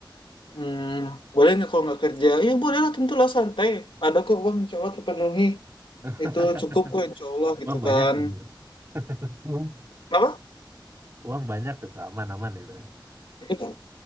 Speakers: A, on the left (about 85°); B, on the right (about 30°).
A: Hmm, boleh nggak kalau nggak kerja? Ya boleh lah tentulah santai. Ada kok uang insya Allah terpenuhi.
B: <laughs>
A: Itu cukup kok insya Allah gitu
B: Uang banyak
A: kan.
B: gitu. <laughs> Hmm.
A: Kenapa?
B: Uang banyak gitu, aman-aman gitu. ya.
A: <laughs>